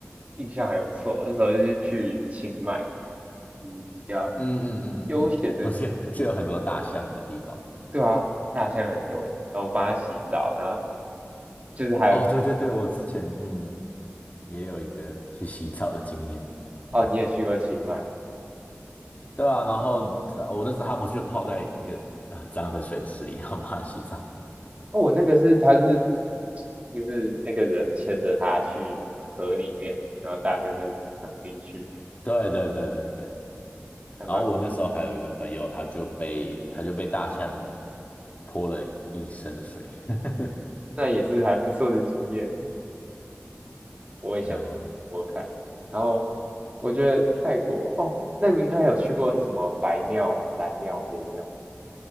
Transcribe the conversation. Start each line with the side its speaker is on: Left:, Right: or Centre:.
Right: 印象还不错，那时候是去清迈，嗯，比较
Left: 嗯嗯嗯嗯嗯，
Right: 悠闲的，
Left: 不是，<laughs> 是有很多大象的地方。
Right: 对啊，大象很多欸然后我帮它洗澡，然后就是还有
Left: 哦，对对对，我之前嗯也有一个去洗澡的经验。
Right: 哦，你也去过清迈哦，
Left: 对啊，然后我那时候他不是就泡在一个很脏的水池里，然后帮他洗澡。<laughs>
Right: 哦我那个是他是就是那个人牵着它去河里面，然后大象就躺进去，
Left: 对对对对对，
Right: 还蛮
Left: 然后我那时候还有一个朋友，他就被他就被大象泼了一身的水。<laughs>
Right: 那也是还不错的经验，我也想我看，
Left: 哎呀，
Right: 然后我觉得泰国哦，那你应该有去过什么白庙、蓝庙、黑庙？